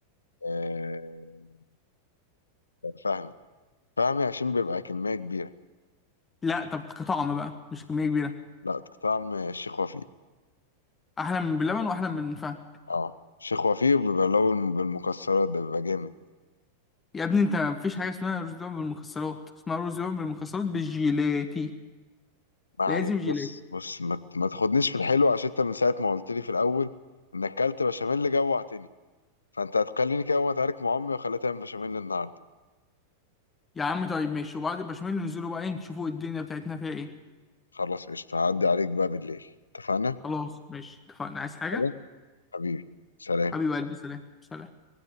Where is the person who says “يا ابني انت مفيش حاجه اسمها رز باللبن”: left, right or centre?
Left